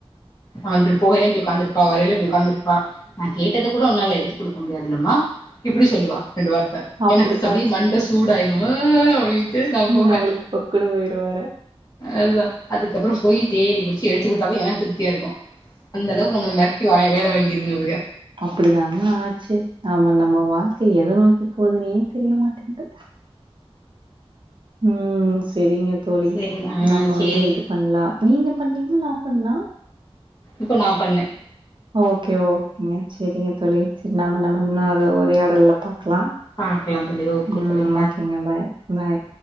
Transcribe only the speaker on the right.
அப்டிதான்
ஆச்சு.
நம்மளுக்கு பொக்குனு போயிருவாரு.
அப்டிதாங்க ஆச்சு நம்ம நம்ம வாழ்க்க எத நோக்கி போதுன்னே தெரிய மாட்டேன்து ம் செரிங்க தோழி
நாம
வந்து இது பண்ணலா நீங்க பண்ணீங்களா நா பண்ணேனா
ஓகே ஓகேங்க செரிங்க தோழி செரி நாம நம்ம இன்னொரு உரயாடல்ல பாக் க்கலா
ம்
ஓகேங்க பாய் பாய்